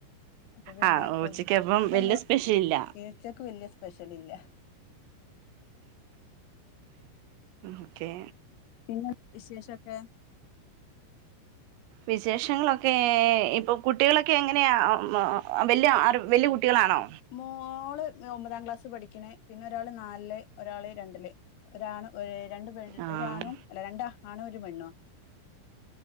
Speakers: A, on the left; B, on the right.
A: അപ്പൊ പിന്നെ
B: ആ
A: ഇപ്പൊ,
B: ഉച്ചക്കപ്പം
A: ഇപ്പൊന്ന്
B: വല്യ സ്പെഷ്യലില്ല
A: ഏഴച്ചക്ക് വല്ല്യേ സ്പെഷ്യല് ഇല്ല.
B: ഓക്കെ
A: പിന്നെ വിശേഷൊക്കെ
B: വിശേഷങ്ങളൊക്കെ ഇപ്പൊ കുട്ടികളൊക്കെ എങ്ങനെയാ വലിയ വല്യ കുട്ടികളാണോ
A: മോള് ഒമ്പതാം ക്ലാസ് പഠിക്കണ് പിന്നെ ഒരാള് നാലില് ഒരാള് രണ്ടില് ഒരാണു രണ്ട് പെണ്
B: ആഹ്
A: ഒരാണും അല്ല രണ്ട് ആണും ഒരു പെണ്ണും